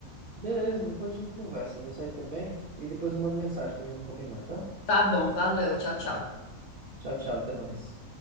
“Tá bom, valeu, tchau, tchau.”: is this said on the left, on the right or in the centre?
Left